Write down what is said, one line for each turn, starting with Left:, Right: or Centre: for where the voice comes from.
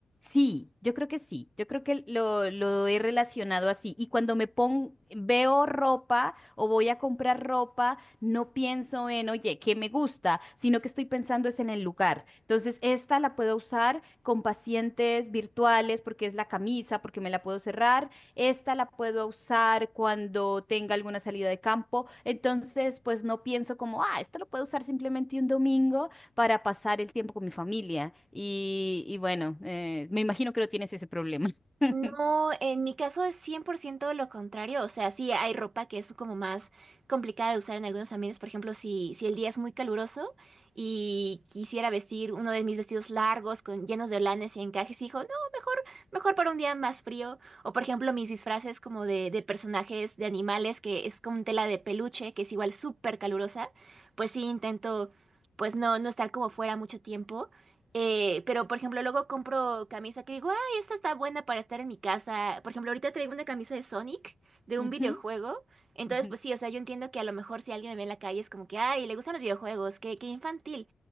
Centre: Sí, yo creo que sí, yo creo que lo, lo he relacionado así. Y cuando me pongo, veo ropa o voy a comprar ropa, no pienso en, oye, ¿qué me gusta? Sino que estoy pensando es en el lugar. Entonces, esta la puedo usar con pacientes virtuales porque es la camisa, porque me la puedo cerrar. Esta la puedo usar cuando tenga alguna salida de campo. Entonces, pues no pienso como, ah, esta lo puedo usar simplemente un domingo, para pasar el tiempo con mi familia. Y, y bueno, eh, me imagino que no tienes ese problema. <laughs>
Right: No, en mi caso es 100% lo contrario, o sea, sí hay ropa que es como más complicada de usar en algunos ambientes, por ejemplo, si, si el día es muy caluroso y quisiera vestir uno de mis vestidos largos con llenos de holanes y encajes, y digo, no, mejor, mejor para un día más frío, o por ejemplo mis disfraces como de, de personajes de animales, que es con tela de peluche, que es igual súper calurosa, pues sí intento, pues no, no estar como fuera mucho tiempo. Eh, pero, por ejemplo, luego compro camisa que digo, "Ah, esta está buena para estar en mi casa. Por ejemplo, ahorita traigo una camisa de Sonic, de un
Centre: Ujú,
Right: videojuego. Entonces,
Centre: ujú,
Right: pues sí, o sea, yo entiendo que a lo mejor si alguien me ve en la calle es como que, ay, le gustan los videojuegos, qué, qué infantil.